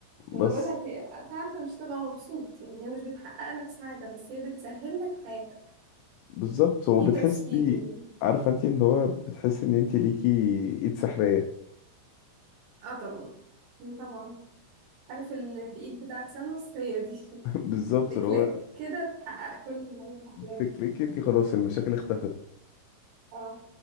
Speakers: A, on the right (about 75°); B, on the left (about 85°).
A: ما
B: بس
A: انا بقول لك هي وقتها انت مش تبقى مبسوط يعني هي مش بتحقق لك سعادة بس هي بتسهل لك حياتك
B: بالظبط
A: في
B: هو بتحسي
A: تسهيل يعني
B: عارفة انت ان هو بتحس ان انت ليكي ايد سحرية
A: اه طبعا مم، طبعا عارف ال- الايد بتاعت سانوس هي دي
B: <laughs>
A: <laughs>
B: بالظبط
A: بكليك
B: اللي هو
A: كده تحقق كل أحلامك
B: تكليكي انت خلاص المشاكل اختفت
A: اه